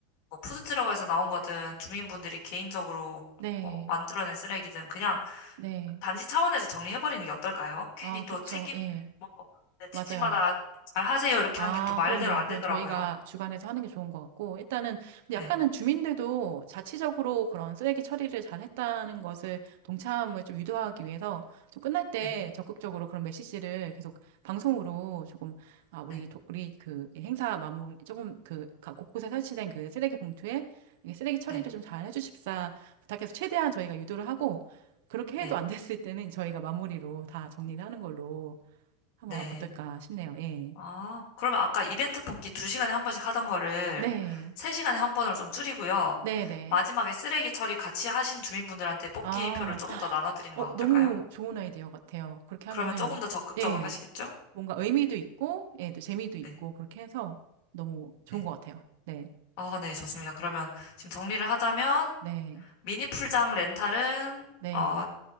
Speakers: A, on the left; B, on the right.
A: 뭐 푸드트럭에서 나온 거든 주민분들이 개인적으로
B: 네.
A: 뭐 만들어낸 쓰레기든 그냥
B: 네.
A: 단지 차원에서 정리해버리는 게 어떨까요? 괜히
B: 아,
A: 또
B: 그쵸.
A: 책임
B: 예.
A: 뭐 네, 집집마다
B: 맞아요.
A: 잘 하세요 이렇게
B: 아,
A: 하는 게 또 말대로
B: 그럼요.
A: 안
B: 그건
A: 되더라고요.
B: 저희가 주관해서 하는 게 좋은 것 같고, 일단은, 근데
A: 네,
B: 약간은 주민들도 자치적으로 그런 쓰레기 처리를 잘 했다는 것을 동참을 좀 유도하기 위해서 좀 끝날 때
A: 네,
B: 적극적으로 그런 메시지를 계속 방송으로 조금, 아, 우리,
A: 네,
B: 도, 우리 그 행사 마무리, 조금 그 각 곳곳에 설치된 그 쓰레기 봉투에 이 쓰레기 처리를
A: 네,
B: 좀 잘 해주십사 부탁해서 최대한 저희가 유도를 하고, 그렇게
A: 네,
B: 해도 안 됐을 때는 저희가 마무리로 다 정리를 하는 걸로 하면
A: 네.
B: 어떨까 싶네요. 예.
A: 아, 그러면 아까 이벤트 뽑기 2시간에 한 번씩 하던 거를
B: 네.
A: 3시간에 한 번으로 좀 줄이고요.
B: 네네.
A: 마지막에 쓰레기 처리 같이 하신 주민분들한테 뽑기표를
B: 아,
A: 조금 더 나눠드리는
B: 어,
A: 건 어떨까요?
B: 너무 좋은 아이디어 같아요. 그렇게
A: 그러면
B: 하면은,
A: 조금 더 적극적으로
B: 예,
A: 하시겠죠?
B: 뭔가 의미도 있고, 예, 또 재미도 있고,
A: 네.
B: 그렇게 해서 너무 좋은
A: 네.
B: 것 같아요. 네,
A: 아, 네, 좋습니다. 그러면 지금 정리를 하자면
B: 네,
A: 미니 풀장 렌탈은
B: 네,
A: 어,